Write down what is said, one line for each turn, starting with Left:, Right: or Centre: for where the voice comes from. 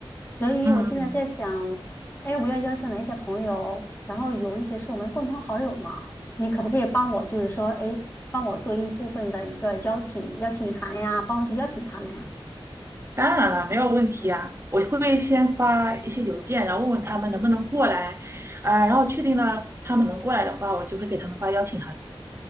Left: 所以我现在在想，
Right: 嗯，
Left: 哎，我要邀请哪一些朋友？然后有一些是我们共同好友嘛，你可不可以帮我，就是说，哎，帮我做一部分的一个邀请邀请函呀，帮我去邀请他们呀？
Right: 当然了，没有问题啊。我会先发一些邮件，然后问问他们能不能过来，啊、然后确定了他们能过来的话，我就会给他们发邀请函。